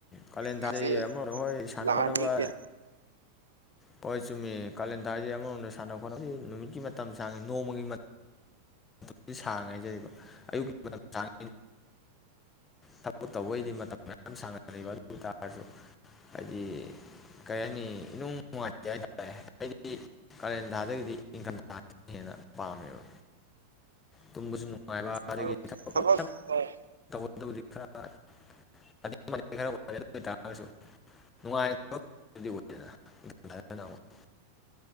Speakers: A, on the left; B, on the right.
A: ꯀꯥꯂꯦꯟ
B: ꯉꯁꯤ
A: ꯊꯥꯖꯩ ꯑꯃ ꯃꯣꯏ ꯁꯥꯟꯅ
B: ꯂꯥꯛꯍꯟꯅꯤꯡꯇꯦ
A: ꯈꯣꯠꯅꯕ ꯍꯣꯏ ꯆꯨꯝꯃꯤ ꯀꯥꯂꯦꯟꯊꯥꯁꯤ ꯑꯃꯔꯣꯝꯗ ꯁꯥꯟꯅ ꯈꯣꯠꯅꯕ ꯅꯨꯃꯤꯠꯀꯤ ꯃꯇꯝ ꯁꯥꯡꯏꯤ ꯅꯣꯡꯃꯒꯤ ꯃꯇꯝ ꯁꯥꯡꯉꯦ ꯍꯥꯏꯖꯔꯤꯕ ꯑꯌꯨꯛꯀꯤ ꯃꯇꯝ ꯁꯥꯡ ꯊꯕꯛ ꯇꯧꯕꯩꯗꯤ ꯃꯇꯝ ꯃꯌꯥꯝ ꯁꯥꯡꯅꯕ ꯑꯗꯨ ꯑꯣꯏ ꯇꯥꯔꯁꯨ ꯍꯥꯏꯗꯤ ꯀꯔꯤ ꯍꯥꯏꯅꯤ ꯅꯨꯡ ꯅꯨꯡꯉꯥꯏꯇꯦ ꯍꯥꯏꯇꯥꯔꯦ ꯍꯥꯏꯗꯤ ꯀꯥꯔꯦꯟ ꯊꯥꯗꯒꯤꯗꯤ ꯅꯤꯡꯊꯝꯊꯥꯅ ꯍꯦꯟꯅ ꯄꯥꯝꯃꯦꯕ ꯇꯨꯝꯕꯁꯨ ꯅꯨꯡꯉꯥꯏꯕ ꯑꯗꯒꯤꯗꯤ
B: ꯃꯔꯨꯞ
A: ꯊꯕꯛ
B: ꯅꯣꯡ
A: ꯑꯗꯨꯕꯨꯗꯤ ꯈꯔꯥꯑꯗꯨ ꯑꯣꯏꯇꯥꯔꯁꯨ ꯅꯨꯡꯉꯥꯏꯗꯅꯅ ꯑꯃꯨꯛ <unintelligible>